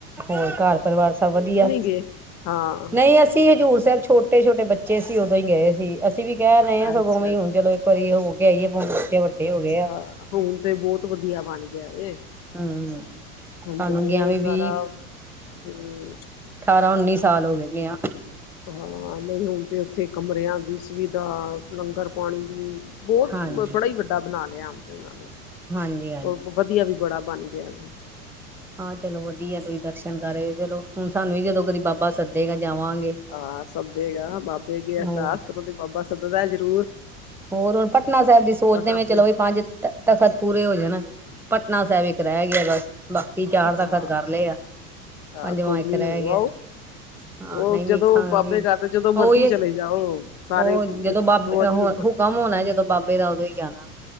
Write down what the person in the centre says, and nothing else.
ਹੋਰ ਘਰ ਪਰਿੜਵਾਰ ਸਭ ਵਧੀਆ।
ਨਈ ਅਸੀਂ ਹਜ਼ੂਰ ਜਦ ਛੋਟੇ- ਛੋਟੇ ਬੱਚੇ ਸੀ ਓਦੋਂ ਈ ਗਏ ਸੀ, ਅਸੀਂ ਵੀ ਕੈ ਰਏਂ ਆਂ ਸਗੋਂ
ਵੀ
ਹੁਣ ਚਲੋ ਇੱਕ ਵਾੜਰੀ ਹੋ ਕੇ ਆਈਏ। ਹੁਣ, ਬੱਚੇ ਵੱਡੇ ਹੋ ਗੇ ਆ।
ਹੂੰ,
ਹਾਨੂੰ
ਗਿਆਂ ਵੀ
ਠਾਰਾਂ- ਉੱਨੀ ਸਾਲ ਹੋ ਗੇ ਗਿਆਂ।
ਹਾਂਜੀ
ਹਾਂਜੀ- ਹਾਂ
ਹਾਂ, ਚਲੋ ਵਧੀਆ ਤੁਸੀਂ ਦਰਸ਼ਨ ਕਰ ਰੇ ਓ ਚਲੋ, ਹੁਣ ਸਾਨੂੰ ਵੀ ਜਦੋਂ ਕਦੀ ਬਾਬਾ ਸੱਦੇਗਾ ਜਾਵਾਂਗੇ।
ਹੋਰ,
ਹੋਰ ਹੁਣ ਪਟਨਾ ਸੈਬ ਦੀ ਸੋਚਦੇ
ਵਏਂ, ਚਲੋ ਵਈ ਪੰਜ ਤਖ਼ਤ ਪੂਰੇ ਹੋ ਜਣਨ, ਪਟਨਾ ਸੈਬ ਇੱਕ ਰੈ ਗਿਆ ਬਸ। ਬਾ ਕੀ ਚਾਰ
ਤਖ਼ਤ ਕਰ ਲੇ ਆ,
ਪੰਜਵਾਂ
ਇੱਕ
ਰੈ
ਗਿਆ।
ਹਾਂ
ਨਈ ਵੇਖਾਂਗੇ
ਵੀ,
ਓਈਓ
ਓ ਜਦੋਂ ਬਾਬੇ
ਦ ਹੋ
ਹੁਕਮ ਹੋਣਾ, ਜਦੋਂ ਬਾਬੇ ਦਾ ਓਦੋਂ ਈ ਜਾਣਾ।